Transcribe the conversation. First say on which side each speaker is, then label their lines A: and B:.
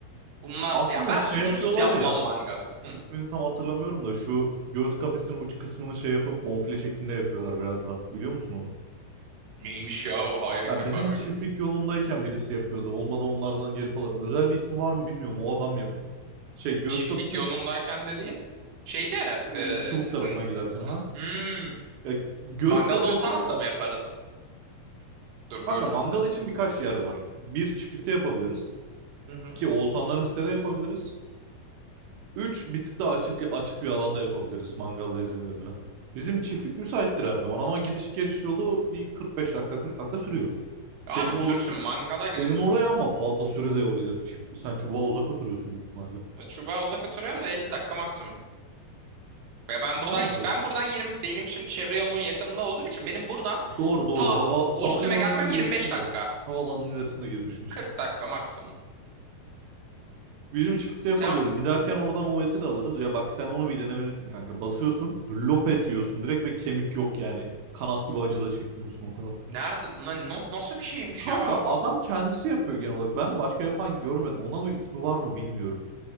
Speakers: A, on the right (about 75°); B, on the right (about 90°).
A: Bunlar
B: Aslında
A: ya ben
B: şey
A: sucuksuz
B: yapıyorlar
A: yapmam
B: ya.
A: mangalı. Hı.
B: İsmini tam hatırlamıyorum da şu göğüs kafesinin uç kısmını şey yapıp bonfile şeklinde yapıyorlar biraz daha. Biliyor musun onu?
A: Neymiş ya o hayır ilk
B: Ya
A: defa
B: bizim
A: duydum.
B: çiftlik yolundayken birisi yapıyordu. Olmadı onlardan gelip alırım. Özel bir ismi var mı bilmiyorum. O adam yapıyor. Şey göğüs
A: Çiftlik
B: kafesinin
A: yolundayken dediğin şeyde
B: e, çubuk
A: e, sizin
B: tarafına giderken ha.
A: hmm,
B: Ya göğüs
A: mangalda
B: kafesinin
A: o tarafta mı yaparız? Dur
B: Kanka
A: böldüm.
B: mangal için birkaç yer var. Bir çiftlikte yapabiliriz.
A: Hı hı.
B: İki Oğuzhanların sitede yapabiliriz. Üç bir tık daha açık açık bir alanda yapabiliriz mangala izin verilen. Bizim çiftlik müsaittir her zaman ama gidiş geliş yolu bir 45 dakika 40 dakika sürüyor. Senin
A: Abi
B: orası
A: sürsün mangala gidiyoruz.
B: senin oraya ama fazla sürede yol gider. Çift, sen çubuğa uzak oturuyorsun büyük ihtimalle.
A: E, Çubuğa uzak oturuyorum da 50 dakika maksimum. Ya ben buradan
B: Tamamdır.
A: ben buradan 20 benim şimdi çevre yolunun yakınında olduğum için benim buradan
B: Doğru doğru.
A: ta
B: Hava havalimanının
A: Ostim'e gelmem
B: ilerisinde.
A: 25 dakika.
B: Havaalanının ilerisinde gibi düşün işte.
A: 40 dakika maksimum.
B: Bizim çiftlikte yapabiliriz.
A: Sen
B: Giderken oradan o eti de alırız. Ya bak sen onu bir denemelisin kanka. Basıyorsun, lop et diyorsun direkt ve kemik yok yani. Kanat gibi acı da çekmiyorsun o kadar.
A: nerede na- na- nasıl bir şeymiş
B: Kanka
A: ya o?
B: adam kendisi yapıyor genel olarak. Ben de başka yapan görmedim. Ondan dolayı ismi var mı bilmiyorum.